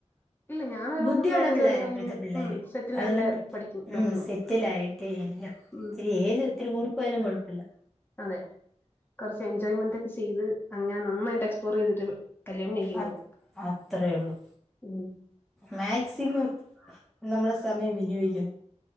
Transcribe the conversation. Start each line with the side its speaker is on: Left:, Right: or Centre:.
Left: ഇല്ല ഞാനൊരു
Centre: ബുദ്ധിയുള്ള
Left: നാലഞ്ച്
Centre: പിള്ളേരാ
Left: കൊല്ലം കഴിഞ്ഞ്
Centre: ഇപ്പഴത്തെ പിള്ളേര്,
Left: ഉം സെറ്റിൽ
Centre: അതുകൊണ്ട്
Left: ആയിട്ടെ പഠിക്കും ഇതാക്കുന്നുള്ളൂ
Centre: ഉം സെറ്റിലായി. റ്റ എല്ലാം,
Left: ഉം
Centre: ഏജ് ത്തിരി കൂടിപോയാലും കൊഴപ്പല്ല.
Left: അതെ കൊറച്ച് എൻജോയ്മെന്റ് ഒക്കെ ചെയ്ത് അങ്ങനെ നന്നായിട്ട് എക്സ്പ്ലോർ ചെയ്തിട്ട് കല്യാണം കെയ്യു
Centre: അ അത്രേ ഉള്ളൂ
Left: <unintelligible>
Centre: മാക്സിമം നമ്മളെ സമയം വിനിയോഗിക്കണം.